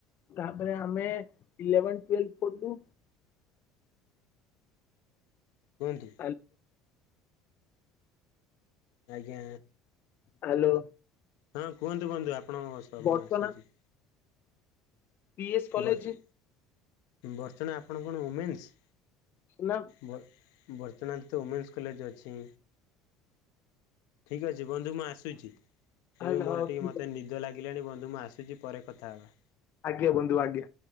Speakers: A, on the left; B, on the left.
A: ତାପରେ ଆମେ ଇଲେଭେନ ଟୁଏଲଭ ପଢଲୁ।
B: କୁହନ୍ତୁ
A: ଆ
B: ଆଜ୍ଞା।
A: ହ୍ୟାଲୋ।
B: ହଁ କୁହନ୍ତୁ କୁହନ୍ତୁ ଆପଣଙ୍କ ସମୟ
A: ବର୍ତ୍ତମାନ
B: ଆସିଛି।
A: ପି ଏସ୍ କଲେଜ
B: ବର୍ଚ ବର୍ଚ୍ଚଣା ଆପଣ କଣ ଓମେନ୍ସ?
A: ନା।
B: ବ ବର୍ଚ୍ଚଣାରେ ତ ୱମେନ୍ସ କଲେଜ ଅଛି। ଠିକ ଅଛି ବନ୍ଧୁ ମୁଁ ଆସୁଛି ଏବେ
A: ହା
B: ମୋର ଟିକେ
A: ଠିକ
B: ମତେ
A: ଅଛି
B: ନିଦ ଲା ଗିଲାଣି ବନ୍ଧୁ ମୁ ଆସୁଛି ପରେ କଥା ହବା।
A: ଆଜ୍ଞା ବନ୍ଧୁ ଆଜ୍ଞା।